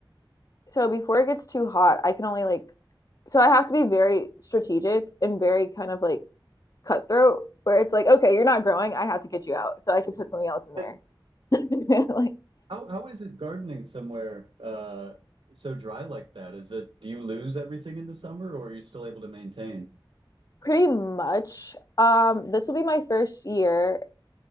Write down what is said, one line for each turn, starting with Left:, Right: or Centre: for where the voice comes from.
Left: So before it gets too hot, I can only like so I have to be very strategic and very kind of like cutthroat where it's like, okay, you're not growing, I have to get you out. So I can put something else in there
Right: <laughs>
Left: <laughs> like
Right: How how is it gardening somewhere uh so dry like that? Is it do you lose everything in the summer or are you still able to maintain?
Left: pretty much. Um, this will be my first year